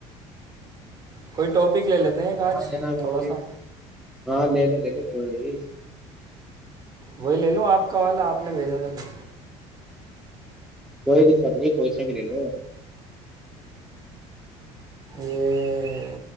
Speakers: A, on the right; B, in the centre.
A: کوئی ٹاپک لے لیتے ہیں
B: وہاں
A: آج
B: ج نا واپس
A: تھوڑا سا
B: ہاں ل د ل کی ہوئے جی
A: وہی لے لو آپ کا والا آپ نے بھیجا تھا تو
B: کوئی دقت نہیں پیسے بھی لے لو
A: یہ